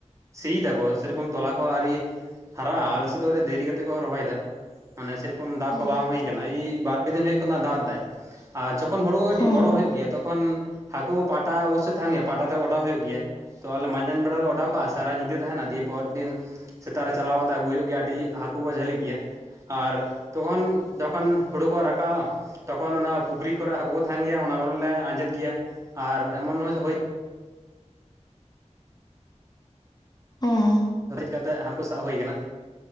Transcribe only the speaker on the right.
ᱥᱤᱭ ᱫᱟᱠᱚ ᱥᱮᱨᱚᱠᱚᱢ ᱛᱚᱞᱟ ᱠᱚ ᱟᱨᱤ ᱦᱟᱨᱟᱜ-ᱟ ᱟᱞᱮ ᱥᱮᱫ ᱫᱚ ᱫᱮᱨᱤ ᱠᱟᱛᱮᱫ ᱠᱚ ᱨᱚᱦᱚᱭ ᱮᱫᱟ ᱢᱟᱱᱮ ᱥᱮ ᱠᱚᱢ ᱫᱟᱜᱽ
ᱠᱚ ᱵᱟᱝ ᱦᱩᱭ ᱠᱟᱱᱟ ᱮᱭ ᱵᱟᱨ ᱯᱮ ᱫᱤᱱ ᱦᱩᱭᱩᱜ ᱠᱟᱱᱟ ᱫᱟᱜᱽ ᱫᱟᱭ᱾ ᱟᱨ ᱡᱚᱠᱷᱚᱱ ᱦᱳᱲᱳ ᱠᱚ ᱠᱟᱹᱴᱤᱡᱽ
ᱵᱚᱲᱚ ᱦᱩᱭᱩᱜ ᱜᱮᱭᱟ ᱛᱚᱠᱷᱚᱱ ᱦᱟᱹᱠᱩ ᱯᱟᱴᱟ ᱚᱵᱚᱥᱥᱳᱭ ᱛᱟᱦᱮᱱ ᱜᱮᱭᱟ ᱯᱟᱴᱟ ᱛᱮ ᱚᱰᱟᱣ ᱦᱩᱭᱩᱜ ᱜᱮᱭᱟ᱾ ᱛᱚ ᱟᱞᱮ ᱢᱟᱡᱟᱱ ᱵᱮᱲᱟ ᱞᱮ ᱚᱰᱟᱣ ᱠᱟᱜᱼᱟ ᱥᱟᱨᱟ ᱧᱤᱫᱟᱹ ᱛᱟᱦᱮᱱᱟ ᱫᱤᱭᱮ ᱯᱚᱨ ᱫᱤᱱ ᱥᱮᱛᱟᱜ ᱨᱮ ᱪᱟᱞᱟᱣ ᱠᱟᱛᱮᱜ ᱟᱹᱜᱩᱭ ᱦᱩᱭᱩᱜ ᱜᱮᱭᱟ ᱟᱹᱰᱤ ᱦᱟᱹᱠᱩ ᱠᱚ ᱡᱷᱟᱹᱞᱤᱜ ᱜᱮᱭᱟ᱾ ᱟᱨ ᱛᱚᱠᱷᱚᱱ ᱫᱚᱠᱷᱚᱱ ᱦᱩᱲᱩ ᱠᱚ ᱨᱟᱠᱟᱵᱼᱟ ᱛᱚᱠᱷᱚᱱ ᱚᱱᱟ ᱯᱩᱠᱷᱨᱤ ᱠᱚᱨᱮᱜ ᱦᱟᱹᱠᱩ ᱠᱚ ᱛᱟᱦᱮᱱ ᱜᱮᱭᱟ ᱚᱱᱟ ᱠᱚᱨᱮ ᱞᱮ ᱟᱸᱡᱮᱫᱽ ᱜᱮᱭᱟ ᱟᱨ ᱮᱢᱚᱱ ᱦᱳᱭ
ᱠᱟᱛᱮ ᱦᱟᱹᱠᱩ ᱥᱟᱵᱽ ᱦᱩᱭ ᱠᱟᱱᱟ